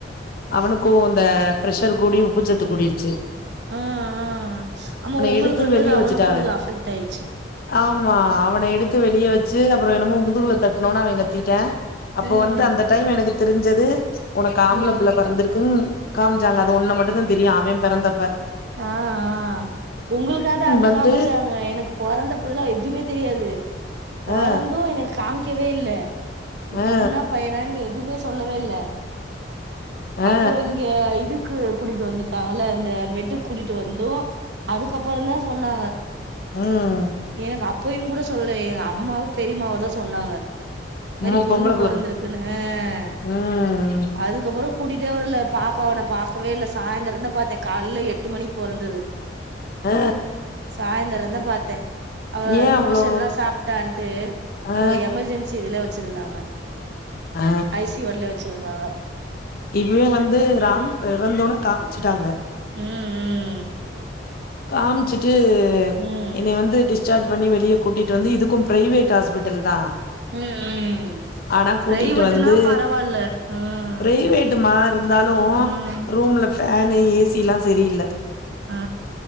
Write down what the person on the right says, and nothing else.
அ ஆ ஆமா உங்களுக்கு
இருந்தது
அவனுக்கு
இது அஃபெக்ட் ஆயி
ம்
ம்
ஆ ஆ உங்களுக்காது அது
காமிச்சாங்க எனக்கு பொறந்த போதுல்லா எதுவுமே தெரியாது பொறந்து
எனக்கு காமிக்கவே இல்ல இ
பொண்ணா பையனானு எதுவுமே சொல்லவே இல்ல
அப்பறோ இங்க இதுக்கு கூட்டிட்டு வந்துட்டாங்கல இந்த பெட்டு கூட்டிட்டு வந்தூ அதுக்கப்பறந்தா சொன்னாங்க
எனக்கு அப் பயு கூட சொல்ல எங்க அம்மாவு பெரிமாவுதா சொன்னாங்க இந்
மாரி பொண்ணு
பொறந்தருக்குன்னு
அ
அதுக்கப்பறோ கூட்டிட்டே வரல பாப்பாவ நா பாக்கவே இல்ல சாயந்தரந்தா பாத்தே காலைல எட்டு மணிக்கு பொறந்தது
சாய்ந்தரந்தா பாத்த அவ
அது
மோஷன்லா சாப்ட்டான்ட்டு
அங்க எமர்ஜென்சி இதுல வச்சிருந்தாங்க
ஐ சி வார்டுலே வச்சிருந்தாங்க
ம் ம்
ம்
ம் ம்
பிரைவேட்டுனா
பரவால்ல ம்
ம்
ஆ